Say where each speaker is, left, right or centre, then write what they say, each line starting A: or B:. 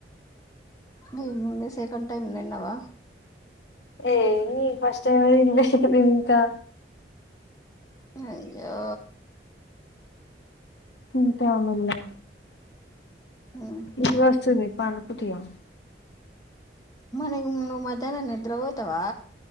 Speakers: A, on the left; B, on the left.
A: దీని ముందే సెకండ్ టైమ్ నిన్నవా.
B: ఏ... ఫస్ట్ టైం ఇంగ్లీష్ సెంకెడ్ ఇంకా.
A: అయ్యో...
B: ఇంకా మిల్లా
A: ఉహు
B: నిద్రొస్తుంది పండుకుంటిగా
A: మరి నువ్ మధ్యాహనం నిద్ర పోతవా